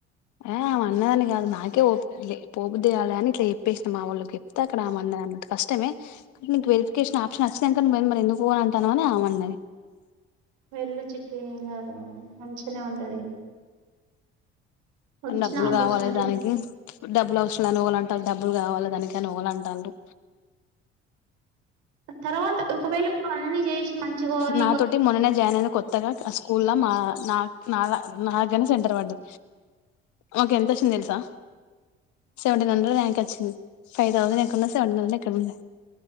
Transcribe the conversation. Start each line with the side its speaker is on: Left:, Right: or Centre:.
Left: ఆమె అన్నదాన్ని కాదు నాకే ఓపికలే పోబుద్ధి కాలే అని ఇట్లా చెప్పేషీనా మా వోళ్ళకే చెప్తే అక్కడ ఆమె అన్నది అంతే కష్టమే నీకు వెరిఫికేషన్ ఆప్షన్ వచ్చినంక నువ్వేది మరి ఎందుకు పోను అంటా అన్నావ్ అని ఆమె అన్నది
Right: వెల్లు చిట్టి ఏం కాదు మంచనే ఉంటది వచ్చిన
Left: డబ్బులు
Right: ఆపర్చునిటీ
Left: కావాలే దానికి డబ్బులు అవసరం లే దానికి అని ఓగలు అంటల్లూ డబ్బులు కావాలి దానికి అని ఓగలు అంటల్లురు
Right: తర్వాత ఒకవేళ పో అన్ని చేసి మంచిగా నీకు
Left: నాతోటి మొన్ననే జాయిన్ అయిన కొత్తగా స్కూల్ లో మా నా నాద నాద్దగారనే నే సెంటర్ వడ్డది అవకు ఎంతొచ్చింది తెలుసా సెవెంటీన్ హండ్రెడ్ ర్యాంక్ ఒచ్చింది ఫైవ్ తౌసంద్ ఎక్కడనో సెవన్ హండ్రెడ్ ఎక్కన్నో